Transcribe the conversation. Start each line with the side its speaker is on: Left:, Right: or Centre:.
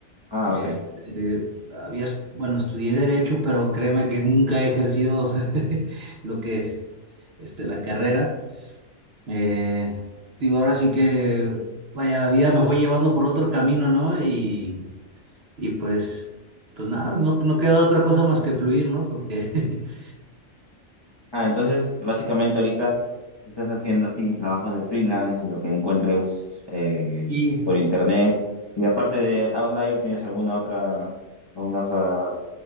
Left: Ah, ok.
Right: Este, había, es- bueno, estudié derecho, pero créeme que nunca he ejercido <laughs> lo que, este, la carrera. Eh, digo, ahora sí que, vaya, la vida me fue llevando por otro camino, ¿no? Y, y pues, pues nada, no, no queda otra cosa más que fluir, ¿no? Porque <laughs>
Left: Ah, entonces, básicamente ahorita estás haciendo así trabajos de freelance, de lo que encuentres eh,
Right: Y
Left: por internet. Y aparte de Outlier, ¿tienes alguna otra, alguna otra,